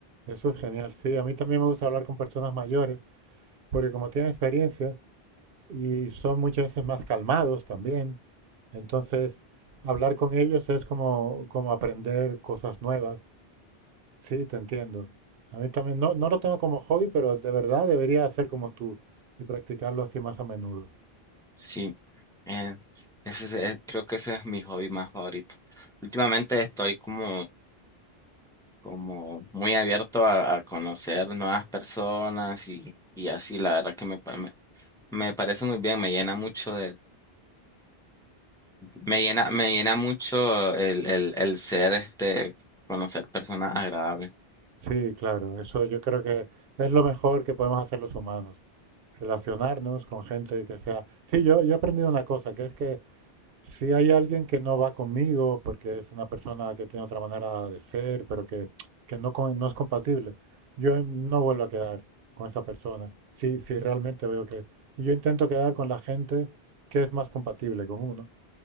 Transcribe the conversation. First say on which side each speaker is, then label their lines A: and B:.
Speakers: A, on the right; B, in the centre.
A: Eso es genial. Sí, a mí también me gusta hablar con personas mayores, porque como tienen experiencia y son muchas veces más calmados también, entonces hablar con ellos es como, como aprender cosas nuevas. Sí, te entiendo. A mí también, no, no lo tengo como hobby, pero de verdad debería hacer como tú y practicarlo así más a menudo.
B: Sí, eh, ese es- eh, creo que ese es mi hobby más favorito. Últimamente estoy como, como muy abierto a, a conocer nuevas personas y, y así, la verdad que me, pa- me, me parece muy bien, me llena mucho Me llena, me llena mucho el, el, el ser, este, conocer personas agradables.
A: Sí, claro, eso yo creo que es lo mejor que podemos hacer los humanos, relacionarnos con gente que sea... Sí, yo, yo he aprendido una cosa, que es que Si hay alguien que no va conmigo porque es una persona que tiene otra manera de ser, pero que, que no, con- no es compatible, yo no vuelvo a quedar con esa persona. Si, si realmente veo que... Y yo intento quedar con la gente que es más compatible con uno,